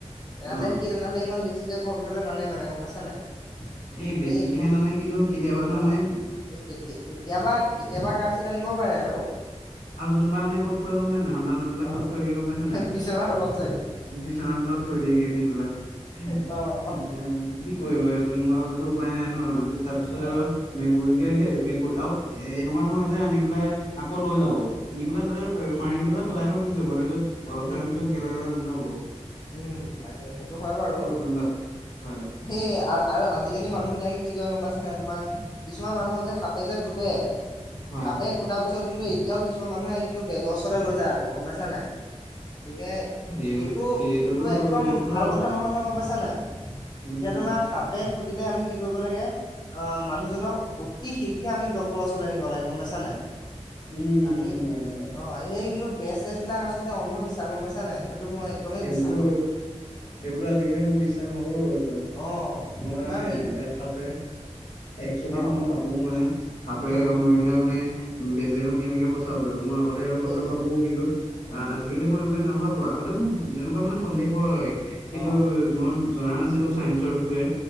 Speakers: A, on the left; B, on the left.
A: তেনেহ'লে
B: অ
A: সি তেনেহ'লে ইমান বেছি। কে ঘৰৰ ভিতৰলে নানে মানে গম পাইছানে নাই?
B: এই
A: তুমি
B: বেছিকেহে নানে কিন্তু কেতিয়াবাতো আনে
A: অ' এই কে কেত কেতিয়াবা কেতিয়াবা কৰ্ছিত আনিব পাৰে আৰু।
B: আৰু যোনবাৰ এনে ক'ত থয় গম পা নাই? সাঁপডাল আনিপেলাই
A: অ
B: ক'ত থয়গে গম পাইছা নে নাই?
A: বিচনা তলত চাগে
B: বিচনাৰ তলত থৈ দিয়েগে। পেলাই।
A: অ',
B: এ কি কৰিব এই তেনেকুৱা হলেতো উপায় নাই ন তাৰপিছত
A: অ
B: আৰু মেকুৰীকে সেই আৰু, এনেকুৱা নহয় যে আনি পেলাই আকৌ লৈ যাব।
A: অ
B: নি পেলাই তাতে মাৰি পেলাই পেলাই থৈ গুচি যাব। তাৰ পিছত অলপ
A: উম
B: টাইম পিছত গেলা গেলা গোন্ধাব।
A: উম, তাকে সেইটো হয় বাৰু।
B: ত গোন্ধা হয়
A: সেইয়ে। আৰু আজিকালি মানুহ বিলাকে কি কয় গম পাইছা নাই? তোমাৰ কিছুমান মানুহক যে সাপে যে খুটে,
B: হয়
A: সাপে
B: হয়
A: খুটাৰ পিছত কিন্তু এতিয়াও কিছুমান মানুহে কিন্তু বেজৰ ওচৰলৈ লৈ যায়। আকৌ গম পাইছা নাই? গতিকে
B: সেই
A: সেইটো
B: সেইটোতো
A: সেইটো একদম
B: এইটোতো
A: ভাল কথা নহয় নহয় গম পাইছা নাই?
B: উম
A: এতিয়া তোমাৰ সাপে খুটিলে আমি কি কৰিব লাগে? অ' মানুহজনক অতি শীঘ্ৰে আমি ডক্তৰৰ ওচৰলৈ নিব লাগে গম পাইছা নাই?
B: উম-উম
A: আমি
B: হয়-হয়।
A: অ সেই কিন্তু বেজ চেজ বিলাক আচলতে অন্ধবিশ্বাস গম পাইছে নাই? সেইটোটো মই একদমে বিচ
B: সেইবোৰো, সেইবোৰো আজিকালি মই বিশ্বাস নকৰো এইবিলাক।
A: অ
B: মই
A: তোমাৰ মৃত
B: সাপে, একচুৱেলি
A: অ
B: মই ভাবো মানে সাপে
A: উম
B: কামুৰিলে মানে, বেজেনো কেনেকে বচাব পাৰিব? মই আগতে আৰু
A: সেইটোৱে
B: কথাটো ভাবো। কিন্তু অ আজিকালি
A: উম
B: মই সেইবিলাক নাভাবো আগতে মোৰ তেনেকুৱা মানে সন্দেহ হয়। কিন্তু
A: অ
B: মই জনা নাছিলো চাইন্সৰ বিষয়ে।